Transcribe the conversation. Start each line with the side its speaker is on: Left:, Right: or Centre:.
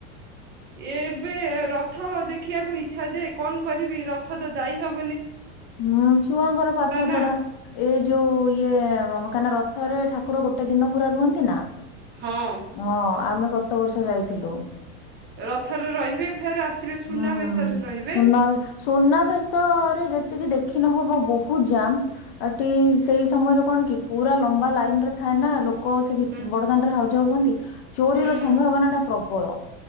Right: ଏବେ ରଥ ଦେଖିବାକୁ ଇଛା ଯେ କଣ କରିବି ରଥ ତ ଯାଇହବନି
Left: ହୁଁ ଛୁଆଙ୍କର ପାଠ
Right: ନା
Left: ପଢା ଏଇ ଯୋଉ ଇଏ କାଇନା ରଥରେ ଠାକୁର ଗୋଟେ ଦିନ ପୁରା ରୁହନ୍ତି ନା
Right: ହଁ
Left: ହଁ ଆମେ ଗତ ବର୍ଷ ଯାଇଥିଲୁ।
Right: ରଥରେ ରହିବେ ଫେର ଆସିବେ ସୁନାବେଶରେ
Left: ହୁଁ
Right: ରହିବେ
Left: ସୁନାବେ ସୁନାବେଶ ରେ ଯେତିକି ଦେ ଦେଖି ନହେବ ବହୁତ ଜାମ ଟି ସେଇ ସମୟରେ କଣ କି ପୁରା ଲମ୍ବା ଲାଇନ ରେ ଥାଏ ନା ଲୋକ ସେ ଭି
Right: ହୁଁ
Left: ବଡଦାଣ୍ଡରେ ହାଉଜାଉ ହୁଅନ୍ତି ଚୋରିର
Right: ହୁଁ
Left: ସମ୍ଭାବନା ଟା ପ୍ରବଳ